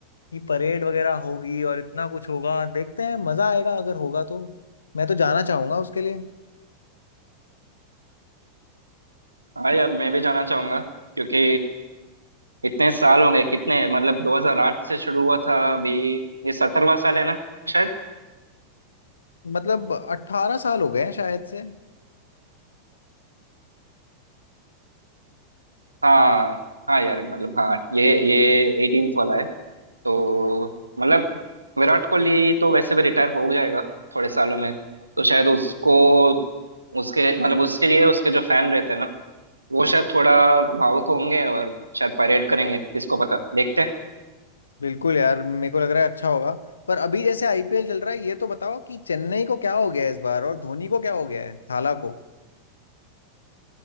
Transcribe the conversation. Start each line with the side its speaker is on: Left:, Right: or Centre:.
Left: कि परेड वगैरह होगी और इतना कुछ होगा देखते हैं मजा आएगा अगर होगा तो मैं तो जाना चाहूंगा उसके लिए
Right: हाँ यार मैं भी जाना चाहूंगा क्योंकि इतने साल हो गए कितने मतलब 2008 से शुरू हुआ था अभी ये 17वां साल है ना शायद
Left: मतलब अट्ठारह साल हो गए हैं शायद से
Right: हाँ हाँ यार मतलब हाँ ये ये 18th वाला है तो मतलब विराट कोहली तो वैसे भी रिटायर हो जाएगा थोड़े सालों में तो शायद उसको उसके मतलब उसके लिए उसके जो फैन रहते हैं ना वो शायद थोड़ा भावुक होंगे और शायद परेड करेंगे किसको पता देखते
Left: बिल्कुल यार मेरे को लग रहा है अच्छा होगा पर अभी जैसे आईपीएल चल रहा है ये तो बताओ कि चेन्नई को क्या हो गया है इस बार और धोनी को क्या हो गया है थाला को